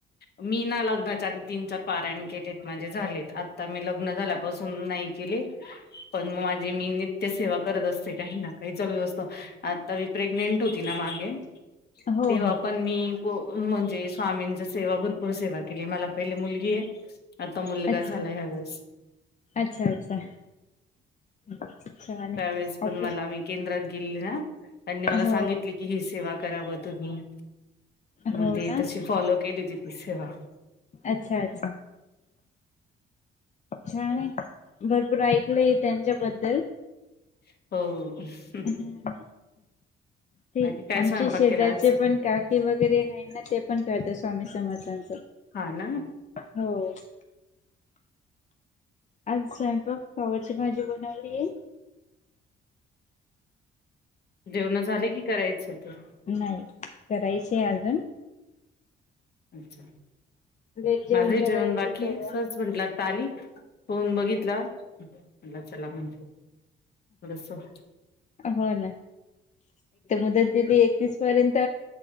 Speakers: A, on the left; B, on the left.
A: मी ना लग्नाच्या आधी तीन चार पाराण केलेत म्हणजे झालेत आता मी लग्न झाल्यापासून नाही केले पण मग माझी मी नित्य सेवा करत असते काही ना काही चालू असतो आता मी प्रेग्नें ट होती ना मागे
B: हो
A: तेव्हा
B: हो.
A: पण मी म्हणजे स्वामींची सेवा भरपूर सेवा केली मला पहिले मुलगी आहे आता मुलगा
B: अच्छा
A: झाला ह्या वेळेस.
B: अच्छा अच्छा. <unintelligible>
A: त्यावेळेस पण
B: ऑफिस
A: मला मी केंद्रात गेले ना त्यांनी मला
B: हो.
A: सांगितली कि ही सेवा करावं तुम्ही
B: हो
A: मंग ते
B: ना
A: तशी फॉलो केली होती ती सेवा.
B: अच्छा अच्छा. छान आहे भरपूर ऐकलंय त्यांच्याबद्दल.
A: हो.
B: हम्म ते
A: बाकी काय
B: आमचे
A: स्वयंपाक
B: शेजारचे
A: केला आज
B: पण काकी वगैरे आहे ना ते पण करत्या स्वामी समर्थांचं.
A: हा ना.
B: हो. आज स्वयंपाक फलावरची भाजी बनवली आहे.
A: जेवण झाले की करायचं आहे तेन?
B: नाही करायचे आहे अजून.
A: अच्छा
B: लेट
A: माझा ही
B: कराय
A: जेवण
B: येत
A: बाकी
B: सर्व
A: आहे सज च म्हटलात आली फोन बघितला म्हटलं चला म्हण. सो <unintelligible>
B: हो ना मुदत दिली एकवीस पर्यंत